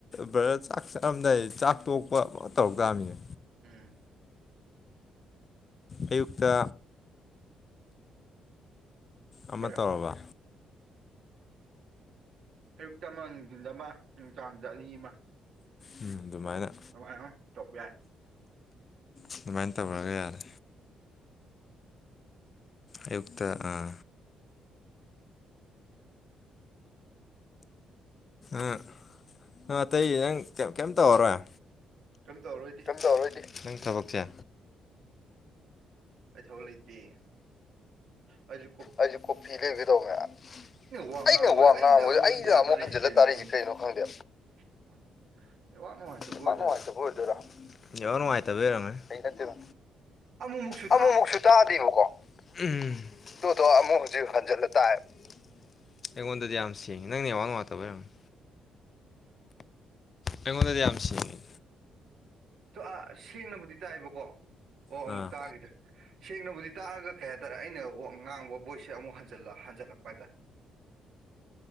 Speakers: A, on the left; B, on the right.
A: ꯕꯔ꯭ ꯆꯥꯛ ꯆꯥꯔꯝꯗꯥꯏ ꯆꯥꯛ ꯇꯣꯛꯄ ꯑꯃ ꯇꯧ ꯇꯥꯃꯤꯅꯦ
B: ꯎꯝ
A: ꯑꯌꯨꯛꯇ ꯑꯃ
B: ꯈꯔ
A: ꯇꯧꯔꯕ
B: ꯑꯌꯨꯛꯇ ꯑꯃ ꯅꯨꯡꯗꯤꯟꯗ ꯑꯃ ꯅꯨꯡꯗꯥꯡꯗ ꯑꯅꯤ ꯑꯃ
A: ꯎꯝ ꯗꯨꯃꯥꯏꯅ
B: <unintelligible> ꯇꯧꯄ ꯌꯥꯏ
A: ꯑꯗꯨꯃꯥꯏꯅ ꯇꯧꯔꯒ ꯌꯥꯔꯦ ꯑꯌꯨꯛꯇ ꯑꯥ ꯑꯥ ꯅꯪ ꯑꯇꯩ ꯅꯪ ꯀꯩꯏꯝ ꯇꯧꯔꯔꯣꯏ
B: ꯀꯩꯏꯝ ꯇꯧꯔꯣꯏꯗꯤ
A: ꯇꯧꯔꯣꯏꯗꯤ ꯅꯪ ꯊꯕꯛꯁꯦ
B: ꯑꯩ ꯊꯕꯛ ꯂꯩꯇꯦ ꯑꯩꯁꯨ
A: ꯑꯩꯁꯨ ꯀꯣꯐꯤ ꯂꯩꯔꯨꯒꯦ ꯇꯧꯕꯥꯅꯦ
B: ꯋꯥ ꯉꯥꯡꯕꯗ
A: ꯑꯩꯅ ꯋꯥ
B: ꯑꯩꯗ
A: ꯉꯥꯡꯕ
B: ꯑꯃꯨꯛ
A: ꯖꯦ ꯑꯩꯅ
B: ꯍꯟꯖꯤꯜꯂ
A: ꯑꯃꯨꯛ
B: ꯇꯥꯔꯛꯏꯁꯦ
A: ꯍꯟꯖꯜꯂ
B: ꯀꯩꯅꯣ
A: ꯇꯥꯔꯛꯏꯁꯤ ꯀꯩꯅꯣ ꯈꯪꯗꯦ
B: <unintelligible> ꯅꯨꯡꯉꯥꯏꯇꯕ
A: ꯅꯦꯋꯥꯛ
B: ꯑꯣꯏꯗꯣꯏꯔꯥ
A: ꯅꯨꯉꯥꯏꯇꯕꯥ ꯑꯣꯏꯗꯣꯏꯔꯥ ꯅꯦꯋꯥꯛꯕꯩ ꯑꯣꯏꯔꯝꯒꯅꯤ ꯑꯩ ꯅꯥꯠꯇꯦꯕ
B: ꯑꯃꯨꯃꯨꯛꯁꯨ
A: ꯑꯃꯨꯛꯃꯨꯛꯁꯨ ꯇꯥꯗꯦꯕꯀꯣ ꯎꯝ ꯑꯗꯨꯗꯣ ꯑꯃꯨꯛ ꯍꯧꯖꯤꯛ ꯍꯟꯖꯤꯜꯂ ꯇꯥꯌꯦꯕ ꯑꯩꯉꯣꯟꯗꯗꯤ ꯌꯥꯝ ꯁꯦꯡꯉꯤ ꯅꯪ ꯅꯦꯠꯋꯥꯛ ꯅꯨꯡꯥꯏꯇꯕꯥꯔꯝꯅꯤ ꯑꯩꯉꯣꯟꯗꯗꯤ ꯌꯥꯝꯁꯦꯡꯑꯦ
B: ꯇꯨ ꯑꯥ ꯁꯦꯡꯅꯕꯨꯗꯤ ꯇꯥꯏꯕꯀꯣ ꯑꯣ
A: ꯑꯥ
B: ꯑꯃꯨꯛ ꯇꯥꯈꯤꯗ꯭ꯔꯦ ꯁꯦꯡꯅꯕꯨꯗꯤ ꯇꯥꯛꯑꯒ ꯀꯩ ꯍꯥꯏꯇꯥꯔꯦ ꯑꯩꯅ ꯉꯥꯡꯕ ꯕꯣꯏꯁꯦ ꯑꯃꯨꯛ ꯍꯟꯜꯂ ꯍꯟꯖꯤꯜꯂꯛꯄꯇꯥꯥꯏꯦ